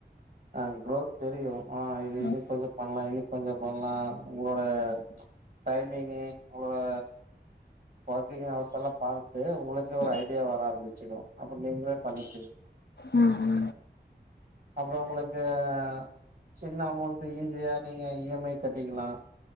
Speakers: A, on the right (about 50°); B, on the left (about 65°).
A: ஆ க்ரோத் தெரியு ஆ இது
B: ம்
A: இனி கொஞ்சோ பண்ணலா இனி கொஞ்சோ பண்ணலா உங்களோட டைமிங்கு அவ்ளோ ஒர்கிங் ஹவர்ஸ் எல்லா பாத்து உங்களுக்கே ஒரு
B: ம்
A: ஐடியா வர ஆரம்பிச்சிடு அப்பற நீங்களே பண்ணிகு
B: அ ஆ
A: அப்பற உங்களுக்கு ஆ சின்ன அமௌண்டு ஈஸியா நீங்க இ எம் ஐ கட்டிகிலா